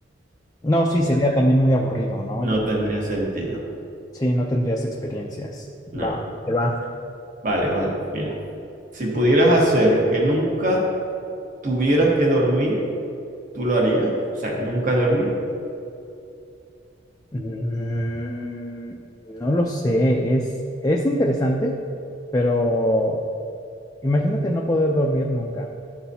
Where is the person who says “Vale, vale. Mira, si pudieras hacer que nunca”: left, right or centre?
Right